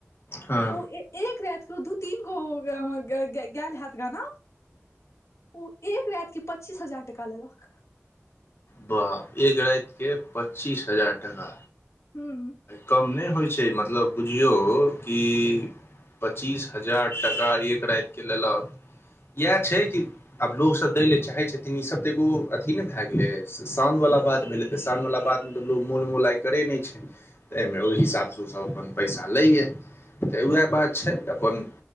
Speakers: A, on the left; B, on the left.
A: हँ
B: ओ ए एक रायत दू दू तीन गो ग ग गैल हैत गाना ओ एक रायत के पच्चीस हजार टाका लेलक
A: बाप एक राति के पच्चीस हजार टाका
B: हूँ
A: कम नय होइ छै छै मतलब बुझियौ कि पच्चीस हजार टका एक रायत के लेलक इएह छै कि आब लोकोगसभ दै ल चाहै छथिन ईसभ तऽ एगो अथी नय भए गेलै सागव बला बात भेलै तऽ शाम वाला बात मे त लोग मोल मोलय करे नय छै तऽ एहिमे ओहि हिसाब सँ ओसभ अपन पैसा लैए तऽ उएह बात छै अपन